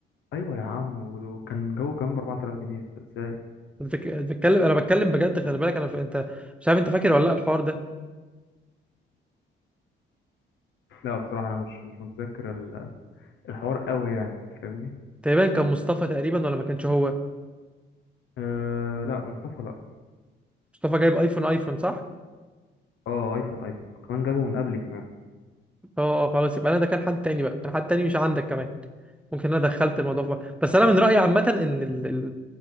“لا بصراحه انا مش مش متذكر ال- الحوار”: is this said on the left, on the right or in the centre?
Left